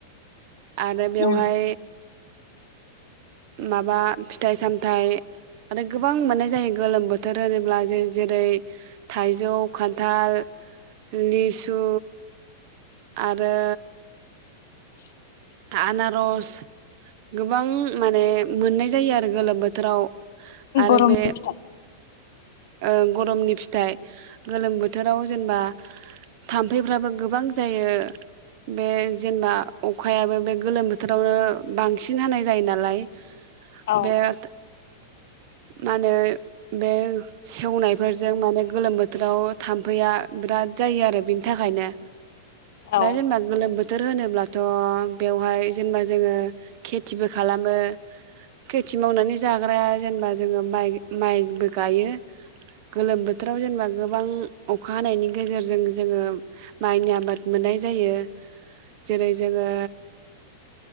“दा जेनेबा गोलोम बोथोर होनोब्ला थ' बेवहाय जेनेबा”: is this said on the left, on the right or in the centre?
Right